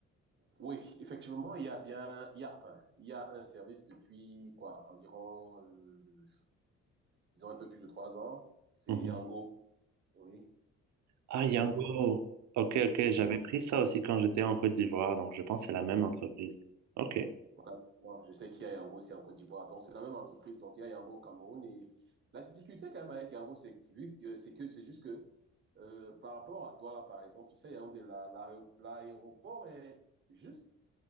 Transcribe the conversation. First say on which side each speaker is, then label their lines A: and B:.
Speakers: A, on the right; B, on the right.
A: oui, effectivement, il y a bien, il y a, enfin, il y a un service depuis quoi, environ euh, ils ont un peu plus de trois ans. C'est
B: Mhm.
A: Yango, oui.
B: Ah,
A: Yango,
B: Yango. Ok, ok,
A: oui.
B: j'avais pris ça aussi quand j'étais en Côte d'Ivoire, donc je pense que c'est la même entreprise. Ok.
A: Voilà, moi, je sais qu'il y a Yango aussi en Côte d'Ivoire. Donc, c'est la même entreprise. Donc, il y a Yango au Cameroun. Et la difficulté quand même avec Yango, c'est que, vu que- c'est que, c'est juste que euh, par rapport à Douala, par exemple, ici, il y a un de la- l'aéro- l'aéroport est juste